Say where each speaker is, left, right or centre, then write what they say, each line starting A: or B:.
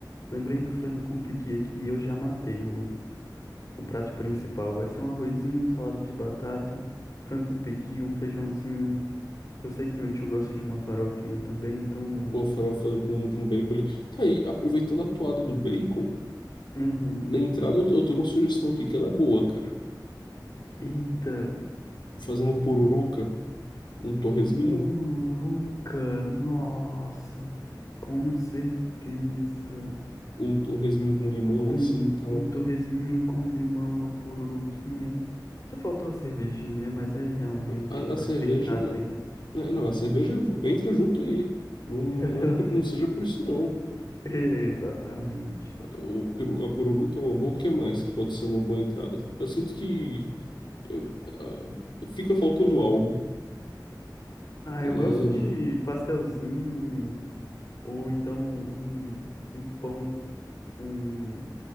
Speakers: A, on the left; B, on the left.
A: lembrei do frango com piqui aqui, eu já matei o, O prato principal vai ser um arrozinho, um salada de batata, frango com pequi, um feijãozinho. Eu sei que meu tio gosta de uma farofinha também, então. não-
B: Pô, farofa com, com bacon ali. Tá aí, aproveitando a toada do bacon,
A: Uhum.
B: na entrada eu, eu tenho uma sugestão aqui que ela é boa, cara.
A: Eita,
B: Fazer uma pururuca, um torresminho,
A: cocuruca, nossa, com certeza.
B: um torresminho com limão,
A: Um,
B: assim e tal.
A: um torresminho com limão, a pururuquinha. Só faltou a cervejinha, né? Mas aí realmente
B: A,
A: vai
B: a cerveja.
A: ter que estar tendo.
B: né, Não, a cerveja entra junto aí. Não,
A: <laughs>
B: não, é por- não seja por isso, não.
A: Exatamente.
B: O, peru- a pururuca é uma boa, o que mais que pode ser uma boa entrada? Eu sinto que eu- ah, fica faltando algo.
A: Ah,
B: É,
A: eu gosto de pastelzinho. Ou então um, um pão, um,